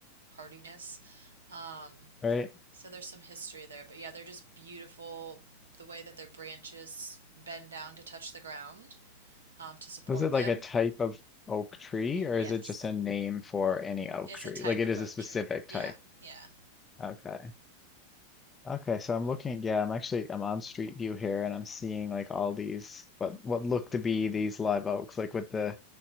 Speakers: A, on the right; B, on the left.
A: hardiness. Um,
B: right.
A: so there's some history there, but yeah, they're just beautiful. The way that their branches bend down to touch the ground um, to support
B: Was it
A: them.
B: like a type of oak tree, or
A: Yes.
B: is it just a name for any oak
A: It's
B: tree?
A: a type
B: Like it
A: of
B: is
A: oak
B: a specific
A: tree. Yeah,
B: type.
A: yeah.
B: Okay. Okay, so I'm looking, yeah, I'm actually I'm on Street View here and I'm seeing like all these what what look to be these live oaks, like with the